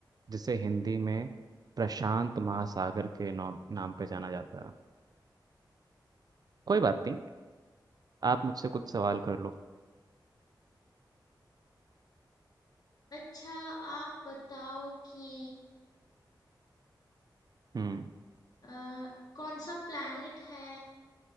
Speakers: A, on the right; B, on the left.
A: जिसे हिंदी में प्रशांत महासागर के नाम नाम पे जाना जाता है कोई बात नहीं आप मुझसे कुछ सवाल कर लो
B: अच्छा आप बताओ कि
A: हम्म
B: अ, कौन सा प्लैनेट है